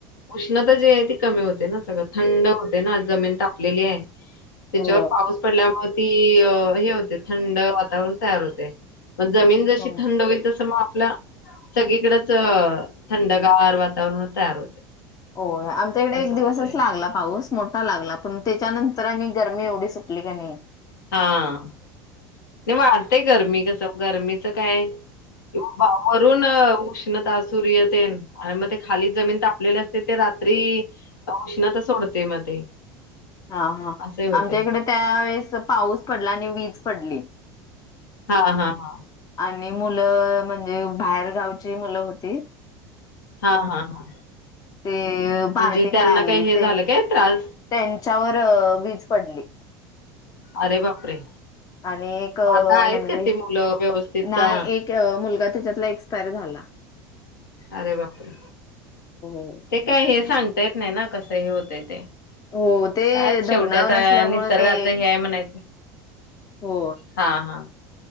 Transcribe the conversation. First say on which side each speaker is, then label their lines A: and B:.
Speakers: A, on the left; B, on the left.
A: उष्णता जी आहे ती कमी होते ना, सगळं थंड होते ना जमीन तापलेली आहे. त्याच्यावर
B: हो
A: पाऊस <inaudible> पडल्यामुळे ती.. अ.. हे होते थंड वातावरण तयार होते. मग जमीन जशी
B: हो
A: थंड होईल तसं मग? <unintelligible> सगळीकडेच थंडगार वातावरण तयार होते
B: होय आमच्याकडे
A: असं
B: एक दिवसच
A: होतंय.
B: लागला पाऊस मोठा. हा लागला पण त्याच्यानंतर आणि गरमी एवढी सुटली की नाही.
A: हा नाही वाढतेय गरमी कस? गरमीचं काय किंवा भाव वरून उष्णता सूर्य तेनं आणि आणि मग ते खाली जमीन तापलेले असते. ते रात्री उष्णता सोडते मग ते.
B: हा हा
A: असे होते.
B: आमच्या इकडे त्यावेेळेस पाऊस पडला आणि वीज पडली.
A: हा हा हा
B: आणि मुलं म्हणजे बाहेर गावची मुलं होती
A: हा हा हा
B: ते
A: म्हणजे
B: पार्टी
A: त्यांना
B: कराय आली
A: काही हे
B: ती
A: झालं काय त्रास
B: त्यांच्यावर वीज पडली.
A: आरे? बापरे!
B: आणि एक
A: मग आता आहेत
B: म्हणजे
A: का ती मुलं व्यवस्थित
B: ना
A: का?
B: एक मुलगा त्याच्यातला एक एक्स्प् एक्स्पाईर झाला
A: अरे! बापरे!
B: हो. हो
A: ते काय हे सांग? येत नाही ना कसं हे होत ते?
B: हो. हो, ते
A: काय
B: धरणावर
A: शेवटी
B: असल्यामुळे
A: निसर्गाच
B: ते
A: हे आहेय म्हणायचं?
B: हो
A: हा हा